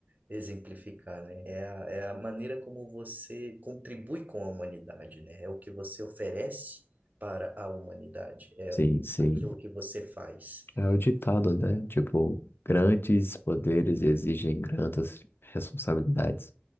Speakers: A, on the right (about 40°); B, on the left (about 60°).
A: exemplificar, né? É a, é a maneira como você contribui com a humanidade, né? É o que você oferece para a humanidade, é
B: Sim, sim.
A: aquilo que você faz.
B: É o ditado,
A: Então,
B: né? Tipo, grandes poderes exigem grandes responsabilidades.